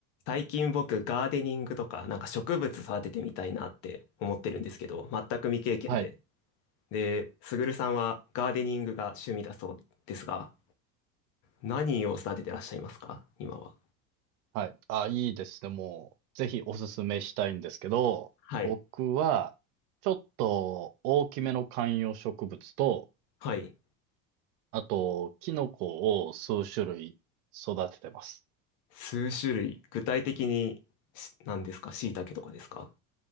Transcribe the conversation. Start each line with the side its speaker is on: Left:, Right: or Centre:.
Left: 最近僕、ガーデニングとか、なんか植物育ててみたいなって思ってるんですけど、全く未経験で。
Right: はい、
Left: で、すぐるさんはガーデニングが趣味だそうですが、何を育ててらっしゃいますか今は。
Right: はい。あ、いいですね。もう、ぜひおすすめしたいんですけど、
Left: はい。
Right: 僕は、ちょっと大きめの観葉植物と、
Left: はい。
Right: あと、キノコを数種類育ててます。
Left: 数種類。具体的にし、何ですか椎茸とかですか